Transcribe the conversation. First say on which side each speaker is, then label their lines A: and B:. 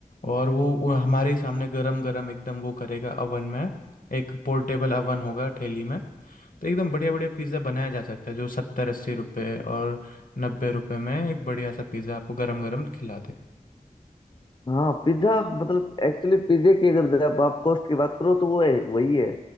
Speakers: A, on the left; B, on the left.
A: और वो, वो हमारे ही सामने गरम गरम एकदम वो करेगा अवन में एक पोर्टेबल अवन होगा ठेली में तो एकदम बढ़िया बढ़िया पिज़्ज़ा बनाया जा सकता है जो सत्तर अस्सी रुपये और नब्बे रुपये में एक बढ़िया सा पिज़्ज़ा आपको गरम गरम खिला दे
B: हाँ पिज्जा मतलब एक्चुअली पिज्जे की अगर जब आप कॉस्ट की बात करो तो वो है वही है